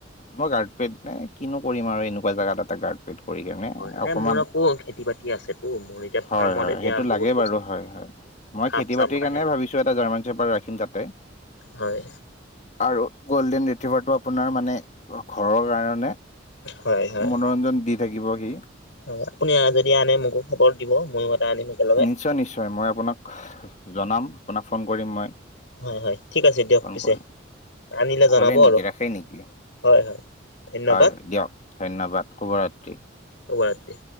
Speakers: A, on the left; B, on the left.
A: মই গাৰ্ডপেড নে কিনো কৰিম আৰু এনেকুৱা জাগা এটাত গাৰ্ড সেটো কৰি কিনে
B: হয় নে
A: অকমান
B: মোৰ আকৌ খেতি বাতি আছেতো মোৰ এতিয়া
A: হয়
B: ফাৰ্মত
A: হয়
B: এতিয়া
A: সেইটো
B: বহুত
A: লাগে
B: বস্তু
A: বাৰু
B: থাকে
A: হয় হয় মই
B: খাপ
A: খেতি
B: চাপ
A: বাতিৰ
B: আহে
A: কাৰণে ভাবিছো এটা জাৰ্মান চেফাৰ ৰাখিম তাতে
B: হয়
A: আৰু গ'ল্ডেন ৰিথিভাৰটো আপোনাৰ মানে ঘৰৰ কাৰণে
B: হয় হয়
A: মনোৰঞ্জন দি থাকিব সি
B: হয় আপুনি যদি আনে মোকো খবৰ দিব ময়ো এটা আনিম একেলগে
A: নিশ্চয় নিশ্চয় মই আপোনাক জনাম আপোনাক ফ'ন কৰিম মই
B: হয় হয় ঠিক আছে দিয়ক
A: ফোন
B: পিছে
A: কৰিম।
B: আনিলে জনাব
A: হ'লে নেকি
B: আৰু
A: ৰাখে নেকি
B: হয় হয় ধন্যবাদ
A: হয় দিয়ক ধন্যবাদ শুভৰাত্ৰি
B: শুভৰাত্ৰী